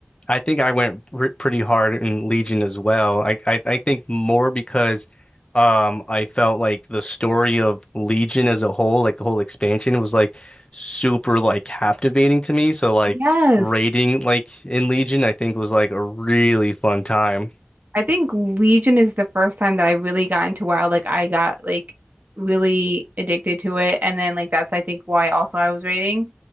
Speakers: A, on the left; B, on the right.
A: I think I went r pretty hard in Legion as well. I, I I think more because um I felt like the story of Legion as a whole, like the whole expansion, was like super like captivating to me. So like
B: Yes.
A: raiding like in Legion, I think was like a really fun time.
B: I think Legion is the first time that I really got into WoW. Like I got like really addicted to it, and then like that's I think why also I was raiding